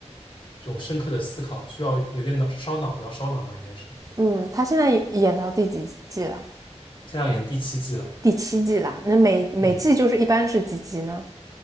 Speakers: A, on the left (about 45°); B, on the right (about 30°).
A: 这种深刻的思考，需要有点脑烧脑，比较烧脑吧，应该是。
B: 嗯，他现在演到第几季了？
A: 现在演第七季了，
B: 第七季啦，那每每季就是一般是几集呢？
A: 嗯，